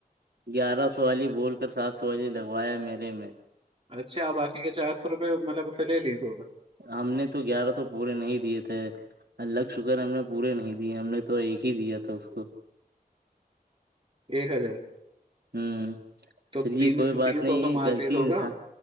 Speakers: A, on the right (about 85°); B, on the right (about 35°).
A: گیارہ سو والی بول کر سات سو والی لگوایا میر نے میں
B: اچھا باقی کے چ آھ سو روپئے مطلب اسے لے لیس ہوگا
A: ہم نے تو گیارہ تو پورے نہیں دیے تھے اللہگ شکر ہم نے پورے نہیں دیے ہم نے تو ایک ہی دیا تھا اس کو
B: ایک ہزار
A: ہوں
B: تو
A: چلیے
B: تین
A: کوئی بات
B: تین
A: نہیں
B: سو تو مار
A: غلط
B: لیس ہوگا
A: انسا